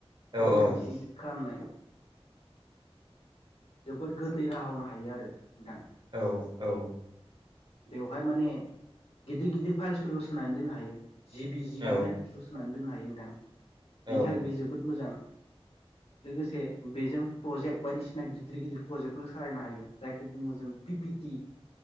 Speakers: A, on the right (about 45°); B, on the left (about 70°).
A: औ
B: फट'
A: औ
B: मोनसे इदिट। खालामनाय जोबोद गोरलै राहानो हायो आरो नोंथां।
A: औ औ
B: बेवहाय माने गिदिर गिदिर फाइल्सफोरखौ सोनानै दोननो हायो। जिबि जिबि
A: औ
B: फाइलफोरखौ सोनानै दोननो हायो नोंथां बेनि
A: औ
B: थाखाय बे जोबोद मोजां। लोगोसे बेजों प्रजेक्ट बायदिसिना गिदिर गिदिर प्रजेक्टफोर सालायनो हायो जायखौ बुङो जों पिपिटि।